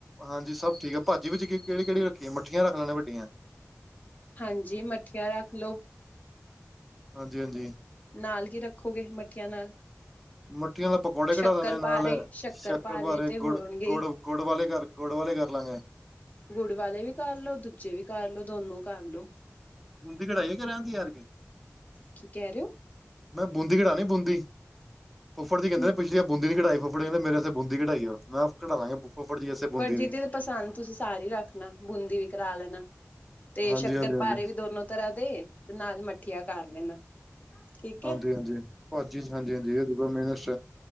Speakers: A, in the centre; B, on the left.
A: ਹਾਂਜੀ ਸਭ ਠੀਕ ਆ। ਭਾਜੀ ਵਿੱਚ ਕਿਹੜੀ - ਕਿਹੜੀ ਰੱਖੀਏ ਮੱਠੀਆਂ ਰੱਖ ਲੈਣੇ ਵੱਡੀਆਂ।
B: ਹਾਂਜੀ ਮੱਠੀਆਂ ਰੱਖ ਲਓ।
A: ਹਾਂਜੀ - ਹਾਂਜੀ।
B: ਨਾਲ ਕੀ ਰੱਖੋਗੇ। ਮੱਠੀਆਂ ਨਾਲ?
A: ਮਿੱਠੀਆਂ ਦਾ ਪਕੌੜੇ
B: ਸ਼ੱਕਰ
A: ਕਢਾ ਲੈਣੇ
B: ਪਾਰੇ
A: ਨਾਲ। ਸ਼ੱਕਰ
B: ਪਾਰੇ
A: ਭਾਰੇ
B: ਤੇ ਹੋਣਗੇ
A: ਗੁੜ - ਗੁੜ
B: ਹੀ
A: ਗੁੜ ਵਾਲੇ ਗੁੜ ਵਾਲੇ ਕਰ ਲਾਂਗੇ।
B: ਗੁੜ ਵਾਲੇ ਵੀ ਕਰਲੋ, ਦੂਜੇ ਵੀ ਕਰਲ ਲੋ ਦੋਨੋ ਕਰ ਲੋ।
A: ਹਦੀ ਕੜਾਈ ਹੈ। ਕਰ ਜਾਂਦੀ ਯਾਰ ਕਿ।
B: ਕੀ ਕਹਿ ਰਹੇ ਹੋ?
A: ਮੈਂ ਬੂੰਦੀ ਕਟਾਣੀ ਬੂੰਦੀ ਫੁੱਫੜ ਦੀ ਕਹਦੇ
B: ਹੋ
A: ਪਿਛਲੀ ਬੂੰਦੀ ਨਹੀਂ ਕਟਾਈ। ਫੁੱਫੜ ਕਿੰਹਦੇ ਬੂੰਦੀ ਘਟਾਈ ਉਹ। ਮੈਂ ਘਢਾ ਲਾਂਗੇ ਬੁਫਾ ਫੁੱਫੜ ਜੀ ਵਸੇਤੇ ਬੂੰਦੀ
B: ਜੀ
A: ਵੀ।
B: ਦੀ ਪਸੰਦ ਤੁਸੀਂ ਸਾਰੇ ਰੱਖਣਾ ਬੂੰਦੀ ਵੀ ਕਰਾ ਲੈਣਾ। ਤੇ
A: ਹਾਂਜੀ-ਹਾਂਜੀ-ਹਾਂਜੀ
B: ਸ਼ੱਕਰ ਪਾਰੇ ਵੀ ਦੋਨੋ ਤਰ੍ਹਾਂ ਦੇ। ਨਾਲ ਮੱਠਆ ਕਰ ਲੈਣਾ। ਠੀਕ
A: ਹਾਂਜੀ-
B: ਹੈ।
A: ਹਾਂਜੀ ਭਾਜੀ ਹਾਂਜੀ - ਹਾਂਜੀ ਇਹ ਦੂਗਾ ਮੇਨਮ